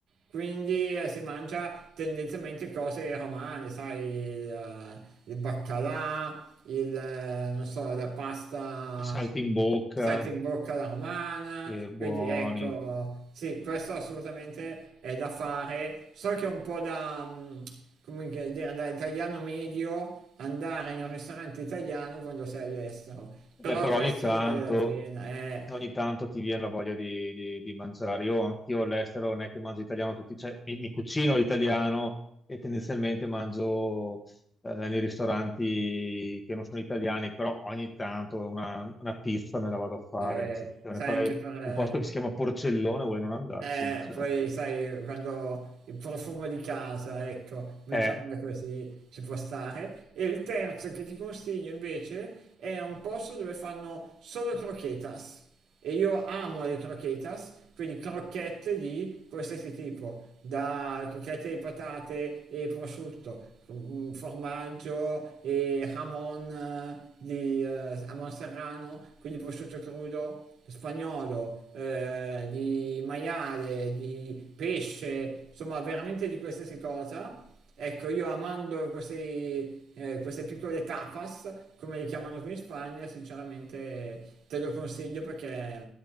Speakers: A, on the right; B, on the left.
A: quindi eh, si mangia tendenzialmente cose romane, sai, il, eh, il baccalà, il, eh, non so, la pasta
B: I salti in bocca,
A: salti in bocca alla romana,
B: che buoni.
A: quindi ecco, sì, questo assolutamente è da fare. So che è un po' da, mm, come che dire, da italiano medio andare in un ristorante italiano quando sei all'estero,
B: Beh,
A: però Devo
B: però
A: questo
B: ogni tanto.
A: ne vale la immaginare. pena, eh,
B: ogni tanto ti viene la voglia di, di- di mangiare. Io anch'io all'estero non è che mangio italiano tutti, cioè, mi, mi cucino l'italiano e tendenzialmente mangio eh, nei ristoranti che non sono italiani, però ogni tanto una, una pizza me la vado a fare.
A: eh,
B: in eccezione.
A: sai,
B: Poi
A: anche per... eh,
B: un posto che si chiama Porcellone, vuoi non andarci?
A: Eh,
B: Cioè,
A: poi sai, quando il profumo di casa, ecco, mettiamola
B: è
A: così, ci può stare. E il terzo che ti consiglio invece è un posto dove fanno solo croquetas. E io amo le croquetas, quindi crocchette di qualsiasi tipo, da crocchette di patate e prosciutto, mm, formaggio e hamon eh, di eh, hamon serrano, quindi prosciutto crudo spagnolo, eh, di maiale, di pesce, insomma veramente di qualsiasi cosa. Ecco, io amando questi, eh, queste piccole tapas, come le chiamano qui in Spagna, sinceramente te lo consiglio perché,